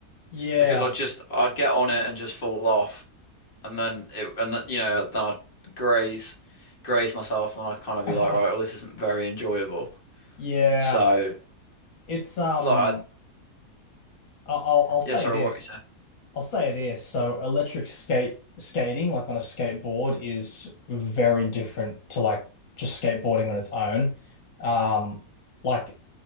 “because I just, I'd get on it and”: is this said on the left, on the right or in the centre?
Left